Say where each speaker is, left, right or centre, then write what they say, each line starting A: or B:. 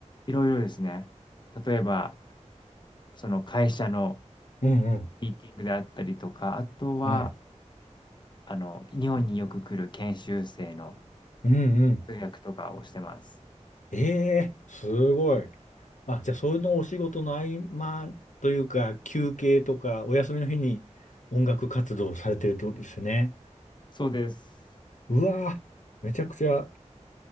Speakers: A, on the left; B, on the left.
A: いろいろですね。例えば、その会社の
B: うんうん。
A: ミーティングであったりとか、あとは、
B: はい。
A: あの、日本によく来る研修生の
B: うんうん。
A: 通訳とかをしてます。
B: ええーすごい。あ、じゃあ、そのお仕事の合間というか、休憩とか、お休みの日に音楽活動をされてるってことですね。
A: そうです。
B: うわぁ、めちゃくちゃ